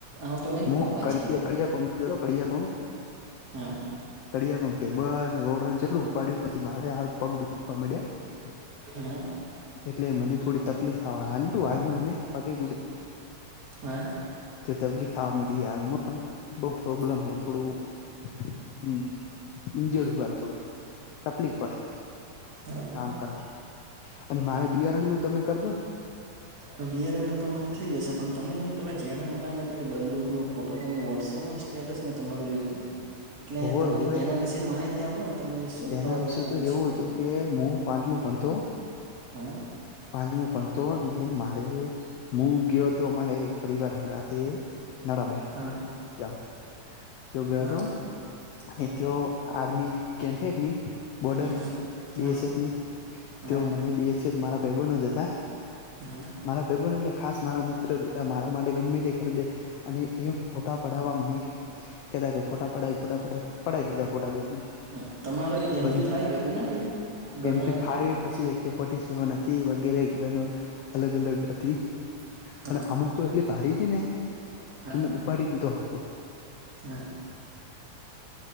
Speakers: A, on the right (about 35°); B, on the left (about 75°).
A: આવતો નહી
B: મુખ
A: કપાય
B: ક
A: છે એટલે
B: કિયા કોમ કળિયા કોમ.
A: હા
B: કરી ટેબલ રોડ જેટલું ઉપાડ્યું પછી મારે પગ. કોમેીડિયા.
A: હા
B: એટલે મને થોડી તકલીફ હું આવ્યું મને પગે ગુડે.
A: <unintelligible>
B: તો તકલીફ આ મળી હાલમાં બો પ્રોબ્લેમ હે થોડું હમ ઇન્જડ હાલ થોડો તકલીફ પડે
A: હા
B: કામ કરવા અને મારે બિયારણનું તમે કરજો
A: હ બિયારણ તમારી થઈ જશે પણ તમે પેલા જેણા હતા ને પેલી બંદૂકનો ફોટો તમે વોટ્સઅપમાં સ્ટેટસ મેં તમારું જોયું હતું એટલે
B: હોય
A: તમે
B: હોય
A: એના વિશે માહિતી આપો ને તમે શું ફરવા
B: એના વિશે
A: ગયા હતા
B: તો
A: ને શું
B: એવું
A: બધું
B: હતું કે હું પાંચમું ભણતો
A: હા
B: પાંચમું ભણતો ને મારે હું ગયો હતો અમારે પરિવાર હંગાથે નાડા બેેટ
A: હા
B: ગામ તે ગયો
A: હા
B: હતો અને
A: હા
B: તેઓ આર્મી કેમફેકની બોર્ડર
A: હમ
B: બી
A: હા
B: એસ એફ ની
A: હા
B: તેઓ મને બી એસ એફ મારા ભાઈબંધો જ તા
A: હા
B: મારા ભાઈબંધો એટલે ખાસ મારા મિત્રતા જ હતા મારા માટે ગમે તે કરી દે અને એ ફોટા પડાવા અમને કેતા કે ફોટા પડાય ફોટા પડાય પડાય દીધા ફોટા બે ત્રણ
A: હા તમારે એમપી
B: બંધ
A: ફાઈવ હતી ના પેલી ગન
B: એમપી
A: આવેરી
B: ફાઈવ પછી એકે ફોટી સેવન હતી વગેરે ગનો અલગ અલગ હતી
A: હા
B: પણ અમુક તો એટલી ભારી હતી ને
A: હા
B: કે પાડી દીધો હતો
A: <unintelligible>